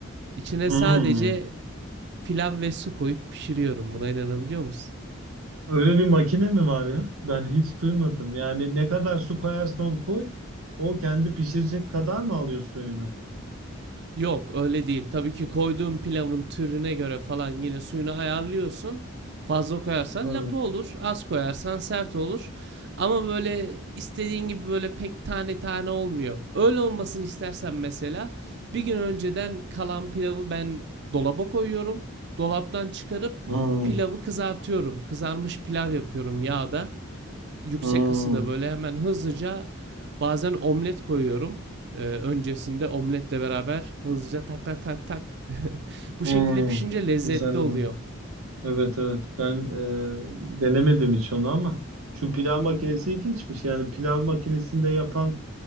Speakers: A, on the right; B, on the right.
A: İçine
B: Hı.
A: sadece Pilav ve su koyup pişiriyorum. Buna inanabiliyor musun?
B: Öyle bir makine mi var ya? Ben hiç duymadım. Yani ne kadar su koyarsan koy, o kendi pişirecek kadar mı alıyor suyunu?
A: Yok öyle değil. Tabii ki koyduğun pilavın türüne göre falan yine suyunu ayarlıyorsun. Fazla koyarsan
B: Hı
A: lapa olur. Az koyarsan sert olur. Ama böyle istediğin gibi böyle pek tane tane olmuyor. Öyle olmasını istersen mesela bir gün önceden kalan pilavı ben dolaba koyuyorum. Dolaptan çıkarıp
B: hı
A: pilavı kızartıyorum. Kızarmış pilav yapıyorum yağda. Yüksek
B: hı
A: ısıda böyle hemen hızlıca bazen omlet koyuyorum. Ee, öncesinde omletle beraber hızlıca tak tak tak tak. <laughs> Bu
B: hı.
A: şekilde pişince lezzetli
B: Güzel olur.
A: oluyor.
B: Evet evet ben e, denemedim hiç onu ama şu pilav makinesi ilginçmiş. Yani pilav makinesinde yapan